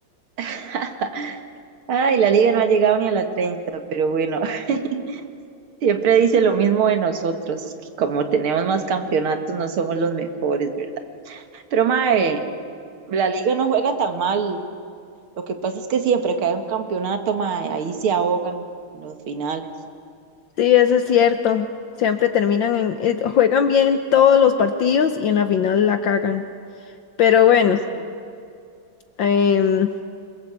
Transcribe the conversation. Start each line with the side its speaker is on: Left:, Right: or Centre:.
Right: <laughs> Ay, la liga no ha llegado ni a la 30, pero bueno, <laughs> siempre dice lo mismo de nosotros, que como tenemos más campeonatos no somos los mejores, ¿verdad? Pero mae, la liga no juega tan mal. Lo que pasa es que siempre que hay un campeonato, mae, ahí se ahogan los finales.
Left: Sí, eso es cierto. Siempre terminan en, eh, juegan bien todos los partidos y en la final la cagan. Pero bueno,
Right: Sí,
Left: em,